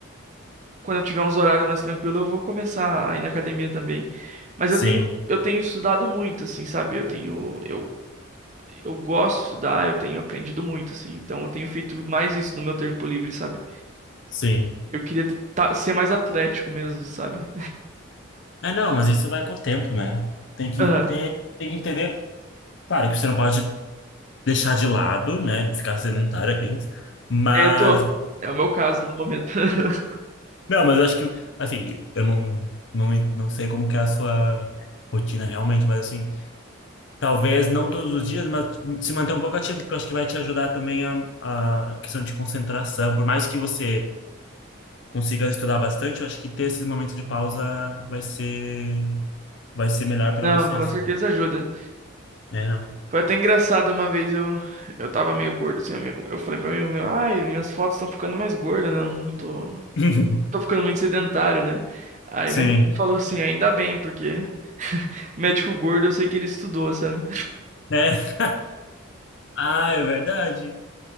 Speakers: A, on the right (about 35°); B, on the left (about 60°).
A: quando eu tiver uns horários mais tranquilos, eu vou começar a ir na academia também. Mas
B: Sim,
A: eu tenho eu tenho estudado muito, assim, sabe? Eu tenho eu eu gosto de estudar, eu tenho aprendido muito, assim. Então eu tenho feito mais isso no meu tempo livre, sabe?
B: sim.
A: Eu queria t- tá- ser mais atlético mesmo, sabe?
B: É, não, mas isso vai com o tempo, né? Tem que
A: Aham.
B: ter, tem que entender. Claro que você não pode deixar de lado, né? Ficar sedentário aqueles. Mas,
A: É, eu tô. É o meu caso no momento. <laughs>
B: não, mas eu acho que, assim, eu não, não, não sei como que é a sua rotina realmente, mas assim. Talvez não todos os dias, mas se manter um pouco ativo, porque eu acho que vai te ajudar também a, a questão de concentração. Por mais que você consiga estudar bastante, eu acho que ter esses momentos de pausa vai ser, vai ser melhor para
A: Não,
B: você,
A: com
B: assim.
A: certeza ajuda.
B: É, não?
A: Foi até engraçado uma vez eu eu tava meio gordo assim, amigo. Eu falei pra um amigo meu, ai, minhas fotos estão ficando mais gordas, né? Eu Não tô,
B: <laughs>
A: tô ficando muito sedentário, né? Aí
B: Sim.
A: meu amigo falou assim, ainda bem, porque médico gordo eu sei que ele estudou, sabe?
B: É. Ah, é verdade.